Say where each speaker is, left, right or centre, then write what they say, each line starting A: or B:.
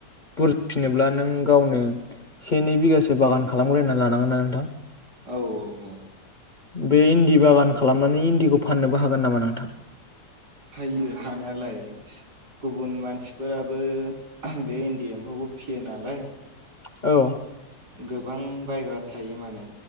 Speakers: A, on the left; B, on the right.
A: बुरजा फिसिनोब्ला नों गावनो से नै बिगासो बागान खालामग्रोनानै लानांगोन ना नोंथां
B: औ औ औ
A: बे इन्दि बागान खालामनानै इन्दिखौ फाननोबो हागोन नामा नोंथां?
B: हायो हानायालाय गुबुन मानसिफोराबो बे इन्दि एम्फौखौ फिसियो नालाय
A: औ
B: गोबां बायग्रा थायो माने